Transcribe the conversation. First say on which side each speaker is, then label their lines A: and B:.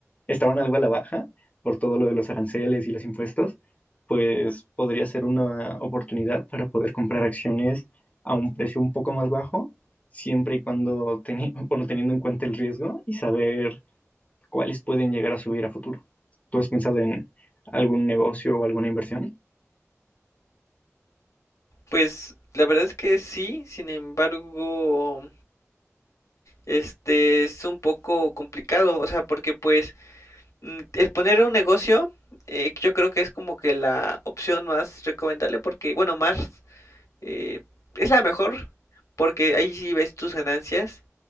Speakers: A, on the left; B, on the left.
A: estaban algo a la baja por todo lo de los aranceles y los impuestos, pues podría ser una oportunidad para poder comprar acciones a un precio un poco más bajo, siempre y cuando teni- <laughs> bueno, teniendo en cuenta el riesgo y saber cuáles pueden llegar a subir a futuro. ¿Tú has pensado en algún negocio o alguna inversión?
B: Pues la verdad es que sí, sin embargo, este es un poco complicado, o sea, porque pues mm, el poner un negocio, eh, yo creo que es como que la opción más recomendable, porque, bueno, más eh, es la mejor, porque ahí sí ves tus ganancias